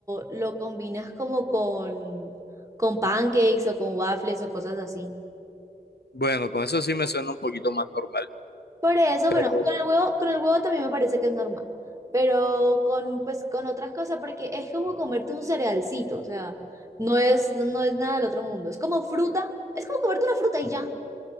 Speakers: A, on the right; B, on the left.
A: lo combinas como con, con pancakes o con waffles o cosas así.
B: Bueno, con eso sí me suena un poquito más normal,
A: Por eso,
B: pero...
A: bueno, con el
B: <laughs>
A: huevo, con el huevo también me parece que es normal. Pero con, pues, con otras cosas, porque es como comerte un cerealcito, o sea, no es, no es nada del otro mundo. Es como fruta, es como comerte una fruta y ya.